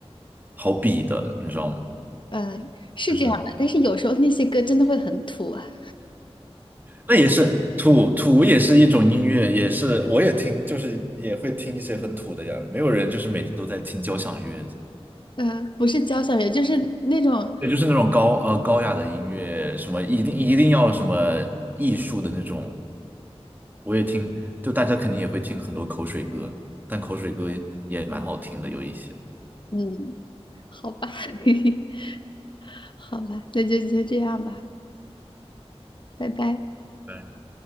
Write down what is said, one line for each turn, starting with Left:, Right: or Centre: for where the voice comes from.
Right: 好比的，你知道吗？
Left: 嗯，是这样的。
Right: 就是。
Left: 但是有时候那些歌真的会很土啊，
Right: 那也是土土也是一种音乐，也是我也听，就是也会听一些很土的呀。没有人就是每天都在听交响乐，
Left: 呃，不是交响乐，就是那种，
Right: 对，就是那种高呃高雅的音乐，什么一定一定要什么艺术的那种，我也听。就大家肯定也会听很多口水歌，但口水歌也蛮好听的，有一些。
Left: 嗯，好吧，<laughs> 好吧，那就先这样吧，拜拜。
Right: 对